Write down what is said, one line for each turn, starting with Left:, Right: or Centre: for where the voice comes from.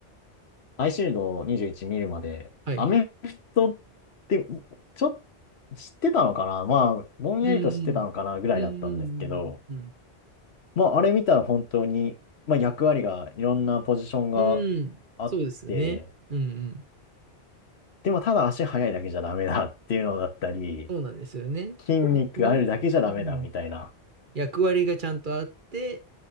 Left: アイシールド21見るまで、
Right: はい。
Left: アメフトって、ちょっと知ってたのかなまあ、ぼんやりと知ってたのかなぐらいだったんですけど、
Right: うん。うん。うん。うん。
Left: まあ、あれ見たら本当に、まあ、役割が、いろんなポジションが
Right: うんそうですよね。
Left: あって、
Right: うんうん。
Left: でもただ足速いだけじゃダメだっていうのだったり、
Right: そうなんですよね。
Left: 筋肉あるだけじゃダメだみたいな。
Right: これの、うん、役割がちゃんとあって、